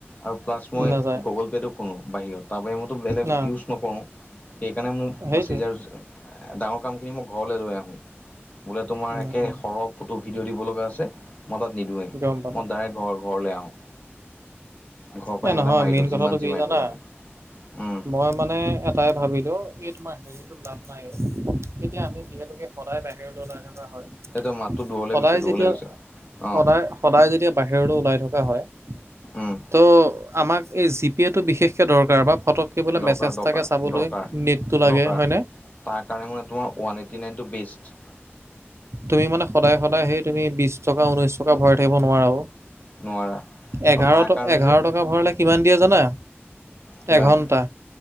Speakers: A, on the left; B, on the right.
A: আৰু প্লাছ মই
B: নাযায়
A: গুগল পেটো খুলো বাহিৰত তাৰপা মইতো বেলেগ
B: না
A: ইউজ নকৰোঁ। সেইকাৰণে মোক
B: সেইটোৱে
A: বাচি যাওঁ। ডাঙৰ কামখিনি মই ঘৰলে লৈ আহোঁ। বোলে তোমাৰ
B: উম
A: একে
B: উম
A: সৰহ ফটো ভিডিঅ' দিব লগা আছে। মই তাত নিদওঁৱেই
B: গম পালো।
A: মই ডাইৰেক্ট ঘৰ ঘৰলে আহোঁ। ঘৰৰ পৰা
B: এহ
A: আহি পেলাই
B: নহয়,
A: মাৰি
B: মেইন
A: দিওঁ যিমান
B: কথাটো
A: যি
B: কি
A: মাৰিব
B: জানা
A: লাগে উম
B: মই মানে এটাই ভাবিলো এই তোমাৰ হেৰিটো লাভ নাই। এতিয়া আমি যিহেতুকে সদায় বাহিৰলৈ ওলাই থকা হয়।
A: এতিয়া মাতটো দুৱলে
B: সদায়
A: গৈছে। দুৱলে
B: যেতিয়া
A: গৈছে অ
B: সদায়, সদায় যেতিয়া বাহিৰলৈ ওলাই থকা হয়।
A: উম
B: তহ, আমাক এই জিপেটো বিশেষকে দৰকাৰ বা ফটো দিবলৈ
A: দৰকাৰ
B: মেচেজ
A: দৰকাৰ
B: এটাকে চাবলৈ
A: দৰকাৰ
B: নেটটো লাগে
A: দৰকাৰ
B: হয় নে
A: তাৰ কাৰণে মানে তোমাৰ ওৱান এইটি নাইনটো বেষ্ট
B: তুমি মানে সদায় সদায় সেই তুমি বিশ টকা, ঊনৈশ টকা, ভৰাই থাকিব নোৱাৰা অহ
A: নোৱাৰা
B: এঘাৰ
A: অ তাৰ কাৰণে
B: এঘাৰ
A: যে
B: টকা ভৰালে কিমান দিয়ে জানা
A: কিমান
B: এঘণ্টা